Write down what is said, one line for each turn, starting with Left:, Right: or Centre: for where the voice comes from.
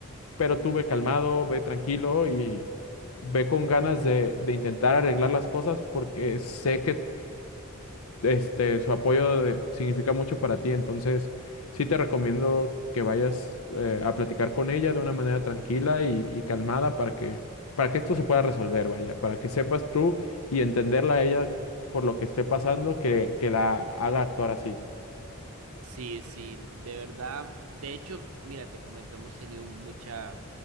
Left: pero tú ve calmado, ve tranquilo y ve con ganas de, de intentar arreglar las cosas porque sé que este, su apoyo de- significa mucho para ti. Entonces, sí te recomiendo que vayas eh, a platicar con ella de una manera tranquila y, y calmada para que, para que esto se pueda resolver, vaya, para que sepas tú y entenderla a ella por lo que esté pasando, que, que la haga actuar así.
Right: Sí, sí, de verdad. De hecho, mira, te comento, hemos tenido mucha